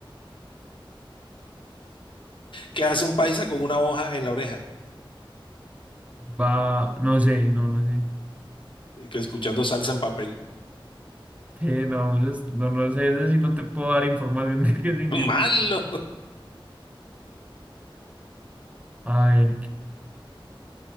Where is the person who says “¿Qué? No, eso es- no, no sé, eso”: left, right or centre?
Right